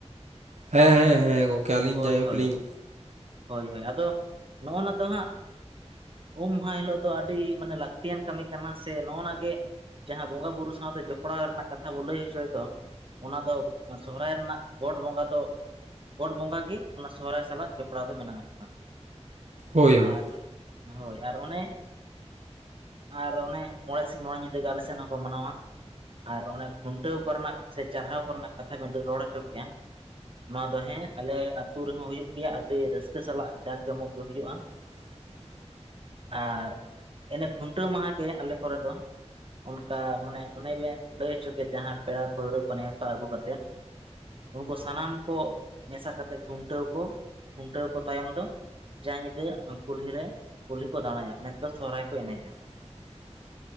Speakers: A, on the right; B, on the right.
A: ᱦᱮᱸ ᱦᱮᱸ ᱦᱮᱸ ᱜᱚᱝᱠᱮ ᱟᱹᱞᱤᱧ
B: ᱦᱳᱭ
A: ᱡᱟᱭᱦᱳᱠ
B: ᱦᱳᱭ
A: ᱞᱤᱧᱼᱼ
B: ᱦᱳᱭ ᱦᱳᱭ ᱟᱫᱚ ᱱᱚᱜᱼᱚ ᱱᱟ ᱫᱚ ᱦᱟᱸᱜᱼᱼ ᱩᱢ ᱢᱟᱦᱟ ᱦᱤᱞᱳᱜ ᱫᱚ ᱟᱹᱰᱤ ᱢᱟᱱᱮ ᱞᱟᱹᱠᱛᱤᱭᱟᱱ ᱠᱟᱹᱢᱤ ᱠᱟᱱᱟ ᱥᱮ ᱱᱚᱜᱼ ᱱᱟ ᱜᱮᱼᱼ ᱡᱟᱦᱟᱸ ᱵᱚᱸᱜᱟ ᱵᱩᱨᱩ ᱥᱟᱶᱛᱮ ᱡᱚᱯᱲᱟᱣ ᱨᱮᱱᱟᱜ, ᱠᱟᱛᱷᱟ ᱵᱚ ᱞᱟᱹᱭ ᱦᱚᱪᱚᱭ ᱫᱚ ᱚᱱᱟ ᱫᱚ ᱥᱚᱦᱨᱟᱭ ᱨᱮᱱᱟᱜ ᱜᱚᱴ ᱵᱚᱸᱜᱟ ᱫᱚᱼᱼ ᱜᱚᱴ ᱵᱚᱸᱜᱟ ᱜᱮ ᱚᱱᱟ ᱥᱚᱦᱨᱟᱭ ᱥᱟᱞᱟᱜ ᱡᱚᱯᱲᱟᱣ ᱫᱚ ᱢᱮᱱᱟᱜ ᱟᱠᱟᱫᱟ
A: ᱦᱳᱭ ᱦᱳᱭ
B: ᱟᱨᱼᱼ ᱦᱳᱭ ᱟᱨ ᱚᱱᱮ ᱟᱨ ᱚᱱᱮ ᱢᱚᱬᱮ ᱥᱤᱧ ᱢᱚᱬᱟ ᱧᱤᱫᱟᱹ ᱟᱞᱮ ᱥᱮᱱ ᱦᱚᱸᱠᱚ ᱢᱟᱱᱟᱣᱟ ᱟᱨ ᱚᱱᱟ ᱠᱷᱩᱱᱴᱟᱹᱣ ᱠᱚᱨᱮᱱᱟᱜ ᱥᱮ ᱪᱟᱨᱦᱟᱣ ᱠᱚᱨᱮᱱᱟᱜ ᱠᱟᱛᱷᱟ ᱵᱤᱱ ᱨᱚᱲ ᱦᱚᱪᱚ ᱠᱮᱜᱼᱟ᱾ ᱱᱚᱣᱟ ᱫᱚ ᱦᱮᱸ ᱟᱞᱮ ᱟᱛᱳ ᱨᱮᱦᱚᱸ ᱦᱩᱭᱩᱜ ᱜᱮᱭᱟ ᱟᱹᱰᱤ ᱨᱟᱹᱥᱠᱟᱹ ᱥᱟᱞᱟᱜ ᱡᱟᱠ ᱡᱚᱢᱚᱠ ᱜᱮ ᱦᱩᱭᱩᱜᱼᱟ᱾
A: <inaudible>
B: ᱟᱨ ᱤᱱᱮ ᱠᱷᱩᱱᱴᱟᱹᱣ ᱢᱟᱦᱟ ᱜᱮ ᱟᱞᱮ ᱠᱚᱨᱮ ᱫᱚᱼᱼ ᱚᱱᱠᱟ ᱢᱟᱱᱮ ᱚᱱᱮ ᱵᱮᱱ ᱞᱟᱹᱭ ᱦᱚᱪᱚ ᱠᱮᱫ ᱡᱟᱦᱟᱸ ᱯᱮᱲᱟ ᱯᱟᱹᱲᱦᱟᱹ ᱠᱚ ᱱᱮᱶᱛᱟ ᱟᱹᱜᱩ ᱠᱟᱛᱮᱫᱼᱼ ᱩᱱᱠᱩ ᱥᱟᱱᱟᱢ ᱠᱚ ᱢᱮᱥᱟ ᱠᱟᱛᱮ ᱠᱷᱩᱱᱴᱟᱹᱣ ᱠᱚ ᱠᱷᱩᱱᱴᱟᱹᱣ ᱠᱚ ᱛᱟᱭᱚᱢ ᱫᱚᱼᱼ ᱡᱟ ᱧᱤᱫᱟᱹ ᱠᱩᱞᱦᱤ ᱨᱮ ᱠᱩᱞᱦᱤ ᱠᱚ ᱫᱟᱬᱟᱭᱟ ᱢᱮᱱᱫᱚ ᱥᱚᱦᱨᱟᱭ ᱠᱚ ᱮᱱᱮᱡᱟ᱾
A: <inaudible>